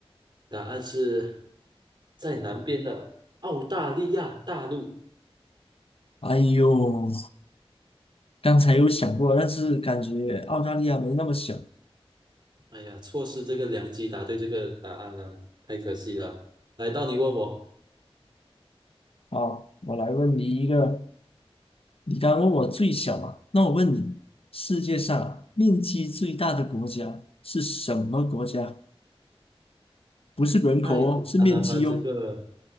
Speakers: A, on the right; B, on the left.
A: 答案是在南边的澳大利亚大陆。
B: 哎呦，刚才有想过，但是感觉澳大利亚没那么小。
A: 哎呀，错失这个良机，答对这个答案了，太可惜了。来到你问我，
B: 好，我来问你一个，你刚问我最小嘛，那我问你，世界上啊面积最大的国家是什么国家？不是人口哦，
A: 太简单了吧？
B: 是面积哦。
A: 这个